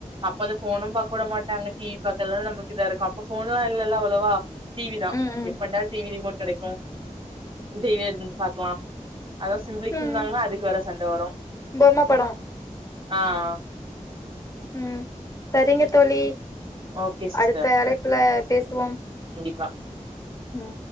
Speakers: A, on the right (about 40°); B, on the left (about 25°).
A: அப்ப வந்து போனும்னு கூட மாட்டாங்க டிவி பாக்க எல்லாம் நமக்கு இதா இருக்கும் போன்லாம்எல்லாம் அவ்வளவா டிவி தான்
B: ம் ம்
A: எப்பாட டிவி ரிமோட் கிடைக்கும் ம் டிவிய இருந்து பாக்கலாம் அதவும் சிபிலிங்ஸ்
B: ம்
A: இருந்தாங்கன்னா அதுக்கு வேற சண்டை வரும்
B: பொம்ம படோ
A: ஆஹ்
B: ம் சரிங்க தோழி
A: ஓகே சிஸ்டர்
B: அடுத்த அழைப்புல பேசுவோம்
A: ப்பா
B: உம்